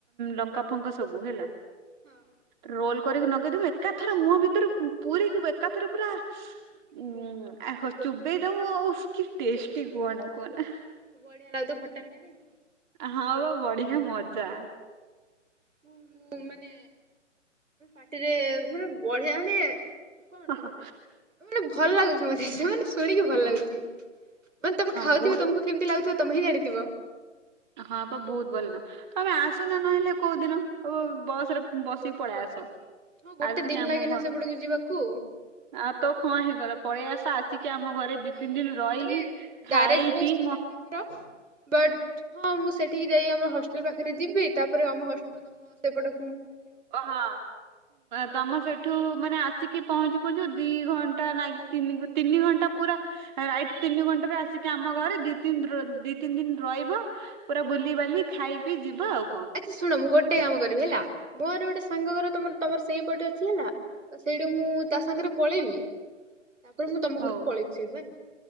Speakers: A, on the right; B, on the right.
A: ଲଙ୍କା ଫଙ୍କା ସବୁ ହେଲା।
B: ହଁ
A: ରୋଲ କରିକି ନଗେଇଦବୁ। ଏକାଥରେ ମୁହଁ ଭିତରେ ପୁରେଇକି ଏକାଥରେ ପୁରା ଉ ଆ ହ ଚୋବେଇ ଦବୁ କି ଟେଷ୍ଟି କୁହନା କୁହନା।
B: ବଢିଆ ଲାଗୁଥିବ ଖଟା, ମିଠା ନାଇଁ?
A: ହଁ ବା ବଢିଆ ମଜା।
B: ହୁଁ, ମାନେ ପାଟିରେ ମାନେ ବଢିଆ ମାନେ କଣ
A: ହଁ
B: କହିବି? ମାନେ ଭଲ ଲାଗୁଛି ମତେ ସେ ଶୁଣିକି ଭଲ
A: ହଁ
B: ଲାଗୁଛି। ମାନେ ତମେ ଖାଉଥିବ
A: ବହୁତ
B: ତମକୁ କେମିତି ଲାଗୁଥିବ ତମେ ହିଁ ଜାଣିଥିବ?
A: ହଁ ତ ବହୁତ ଭଲ ନା। ତମେ ଆ ଆସୁନା ନହେଲେ କୋଉ ଦିନ। ଆବ ବସ ରେ ବସିକି ପଳେଇ ଆସ।
B: ହଁ ଗୋଟେ
A: ଆସିକି
B: ଦିନ
A: ଆମ
B: ଲାଗେ
A: ଘରେ--ଆଉ
B: ନା ସେପଟକୁ ଯିବାକୁ
A: ତ କଣ ହେଇଗଲା ପଳେଇ ଆସ ଆ ଆମ ଘରେ ଦି,
B: ଆଉ
A: ତିନି ଦିନ ରହିକି
B: ମାନେ
A: ଖାଇ
B: ଡାଇରେକ୍ଟ ବସ୍
A: ପିଇ
B: ତ <inaudible> ବଟ୍, ହଁ ମୁଁ ସେଠିକି ଯାଇ ଆମର ହଷ୍ଟେଲ ପାଖରେ ଯିବି। ତାପରେ ଆମ ହଷ୍ଟେଲରୁ ତମ ସେପଟ
A: ଓ ହଁ, ତମ ସେଇଠୁ ମାନେ ଆସିକି ପହଞ୍ଚୁ ପହଞ୍ଚୁ ଦି ଘଣ୍ଟା ନା, ତିନି ଘଣ୍ଟା ପୁରା ରାଇଟ ତିନି ଘଣ୍ଟା ଘଣ୍ଟାରେ ଆସିକି ଆମ ଘରେ ଦି, ତିନି ଦିନ ରହିବ ପୁରା ବୁଲିିବାଲି ଖାଇ ପିଇ ଯିବ ଆଉ। କଣ
B: ଆଚ୍ଛା ଶୁଣ, ମୁଁ ଗୋଟେ କାମ କରିବି ହେଲା ମୋର ଗୋଟେ ସାଙ୍ଗ ଘରେ ତମ ତମର ସେଇପଟେ ଅଛି ହେଲା ତ ସେଇଠି ମୁଁ ତା ସାଙ୍ଗରେ ପଳେଇବି ତାପରେ ମୁଁ ତମ
A: ହଉ
B: ଘରକୁ ପଳେଇବି ସେଇଠୁ ହେଲା।